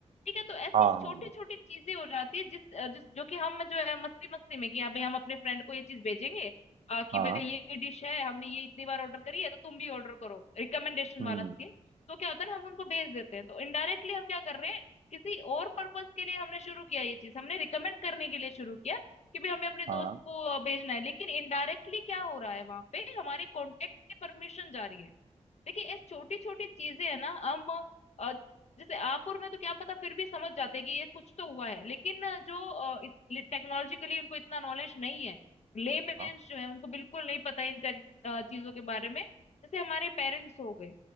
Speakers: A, on the left; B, on the right.
A: ठीक है तो ऐसे
B: हाँ हाँ
A: छोटी
B: हाँ
A: छोटी चीजें हो जाती है जिस अ, जिस जो कि हम जो है मस्ती मस्ती में कि हाँ भाई हम अपने फ्रेंड को ये चीज भेजेंगे अ, कि
B: हाँ
A: भाई ये डिश है हमने ये इतनी बार ऑर्डर करी है तो तुम भी ऑर्डर करो रिकमेंडेशन
B: हम्म
A: वाला सीन तो क्या होता है ना हम उनको भेज देते हैं तो इनडायरेक्टली हम क्या कर रहे हैं किसी और पर्पस के लिए हमने शुरू किया ये चीज हमने रिकमेंड करने के लिए शुरू किया कि भाई हमें अपने
B: हाँ
A: दोस्त को अ, भेजना है लेकिन इनडायरेक्टली क्या हो रहा है वहां पे हमारे कॉन्टेक्ट की परमिशन जा रही है देखिए ये छोटी छोटी चीजें है ना हम अ, जैसे आप और मैं तो क्या पता फिर भी समझ जाते हैं कि ये कुछ तो हुआ है लेकिन अ, जो टेक्नोलॉजिकली उनको इतना नॉलेज नहीं है लेमेन्स
B: हाँ
A: जो है उनको बिल्कुल नहीं पता है इन tech, अ, चीजों के बारे में जैसे हमारे पेरेंट्स हो गए